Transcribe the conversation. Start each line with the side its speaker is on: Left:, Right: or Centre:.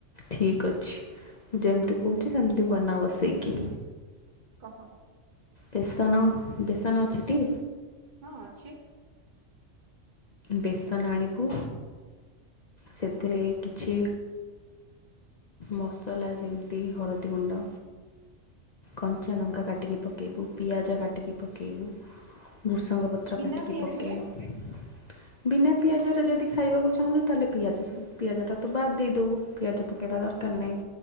Left: ଠିକ ଅଛି। ମୁଁ ଯେମିତି କହୁଛି ସେମିତି ବନା ବସେଇକି।
Right: କହ।
Left: ବେସନ ବେସନ ଅଛିଟି?
Right: ହଁ ଅଛି।
Left: ବେସନ ଆଣିବୁ ସେଥିରେ କିଛି ମସଲା ଯେ ତି ହଳଦୀ ଗୁଣ୍ଡ କଞ୍ଚା ଲଙ୍କା କାଟିକି ପକେଇବୁ। ପିଆଜ କାଟିକି ପକେଇବୁ। ଭୃଷଙ୍ଗ ପତ୍ର
Right: ବିନା
Left: କାଟିକି
Right: ପିଆଜରେ
Left: ପକେଇବୁ। ବିନା ପିଆଜରେ ଯଦି ଖାଇବାକୁ ଚାହୁଁଛୁ ତାହେଲେ ପିଆଜ ପିଆଜଟା ତୁ ବାଦ୍ ଦେଇଦେବୁ। ପିଆଜ ପକେଇବା ଦରକାର ନାହିଁ।